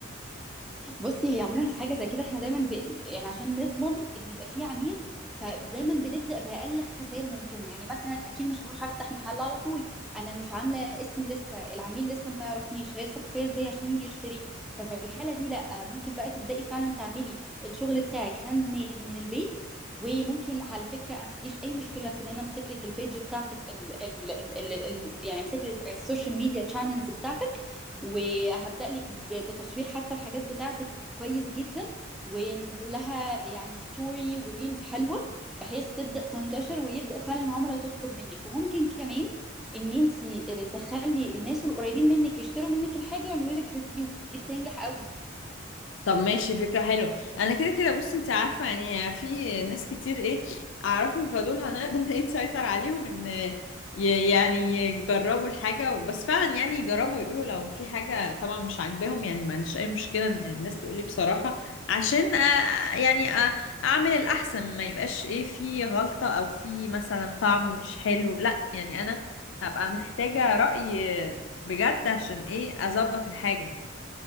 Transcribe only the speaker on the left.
طب ماشي فكرة حلوة انا كده كده بصي انت عارفة يعني في ناس كتير ايه اعرفهم فدول هنقدر <laughs> ايه نسيطر عليهم ان ي- يعني يجربوا الحاجة بس فعلا يعني يجربوا يقولوا لو في حاجة طبعا مش عاجباهم يعني ما عنديش اي مشكلة ان الناس تقولي بصراحة عشان آه، يعني آه، اعمل الاحسن ما يبقاش ايه في غلطة او في مثلا طعم مش حلو لا يعني انا هبقى محتاجة رأي بجد عشان ايه اظبط الحاجة